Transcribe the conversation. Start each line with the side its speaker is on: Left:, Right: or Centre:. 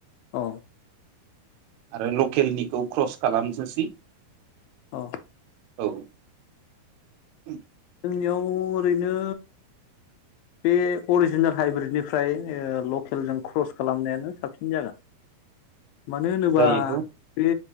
Left: औ।
Right: आरो लकेलनिखौ ख्रस खालामसोसै।
Left: अ
Right: औ उम
Left: इयाव ओरैनो बे अरजिनाल हाइब्रिदनिफ्राय लकेलजों ख्रस खालामनायानो साबसिन जागोन।
Right: <inaudible>
Left: मानो होनोबा
Right: जायोथ'
Left: बे